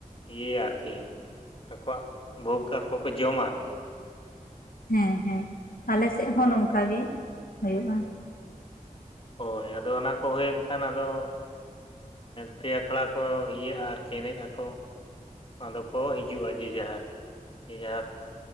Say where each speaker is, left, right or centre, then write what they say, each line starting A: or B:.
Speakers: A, on the left (about 40°); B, on the left (about 85°).
A: ᱤᱭᱟᱹᱭᱟ ᱟᱨᱠᱤ ᱟᱠᱚᱣᱟᱜ ᱵᱷᱳᱠ ᱟᱠᱚ ᱠᱚ ᱡᱚᱢᱟ ᱟᱨᱠᱤ
B: ᱦᱮᱸ ᱦᱮᱸ ᱟᱞᱮᱥᱮᱫ ᱦᱚᱸ
A: ᱟᱫᱚ
B: ᱱᱚᱝᱠᱟ ᱜᱮ ᱦᱳᱭᱳᱜᱼᱟ
A: ᱦᱳᱭ ᱟᱫᱚ ᱚᱱᱟ ᱠᱚ ᱦᱳᱭᱮᱱ ᱠᱷᱟᱱ ᱟᱫᱚ ᱯᱮ ᱟᱠᱷᱲᱟ ᱠᱚ ᱤᱭᱟᱹᱜᱼᱟ ᱟᱨᱠᱤ ᱮᱱᱮᱡ ᱟᱠᱚ ᱟᱫᱚ ᱠᱚ ᱦᱤᱡᱩᱜᱼᱟ ᱡᱮ ᱡᱟᱦᱟᱨ ᱡᱮ ᱡᱟᱦᱟᱨ